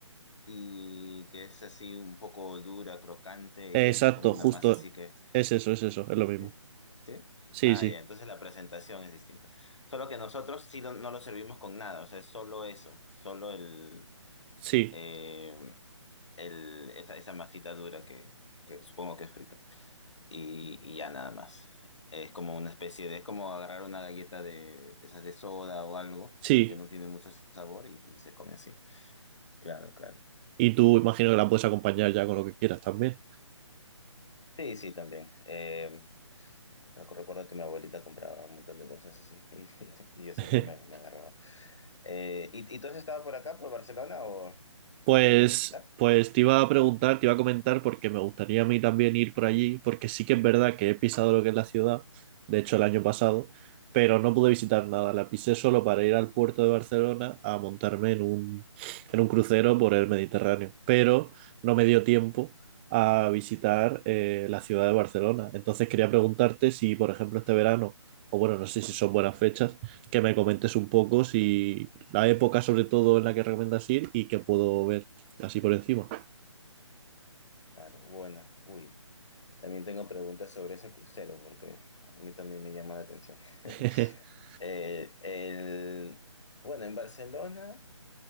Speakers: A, on the left; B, on the right.
A: y que es así un poco dura, crocante
B: exacto,
A: y es como una
B: justo.
A: masa así que...
B: Es eso, es eso, es lo mismo.
A: ¿Sí? ¿Sí?
B: Sí,
A: Ah,
B: sí,
A: ya, entonces la presentación es distinta. Solo que nosotros sí lo- no lo servimos con nada, o sea, es solo eso, solo el,
B: sí,
A: eh, el, esa, esa masita dura que, que supongo que es frita. Y, y ya nada más. Es como una especie de, es como agarrar una galleta de esas de soda o algo,
B: sí.
A: que no tiene mucho sabor y, y se come así. Claro, claro.
B: Y tú imagino que la puedes acompañar ya con lo que quieras también.
A: Sí, sí, también. Eh, recu- recuerdo que mi abuelita compraba un montón de bolsas así <laughs> y, y yo siempre
B: <laughs>
A: me, me agarraba. Eh, ¿y, y tú has estado por acá, por Barcelona, o
B: Pues,
A: has podido visitar?
B: pues te iba a preguntar, te iba a comentar porque me gustaría a mí también ir por allí, porque sí que es verdad que he pisado lo que es la ciudad, de hecho el año pasado, pero no pude visitar nada, la pisé solo para ir al puerto de Barcelona a montarme en un, en un crucero por el Mediterráneo, pero no me dio tiempo a visitar eh, la ciudad de Barcelona. Entonces quería preguntarte si, por ejemplo, este verano, o bueno, no sé si son buenas fechas, que me comentes un poco si la época sobre todo en la que recomiendas ir y que puedo ver así por encima.
A: Claro, bueno, uy, también tengo preguntas sobre ese crucero porque a mí también me llama la atención. <laughs>
B: <laughs>
A: Eh, el, bueno, en Barcelona,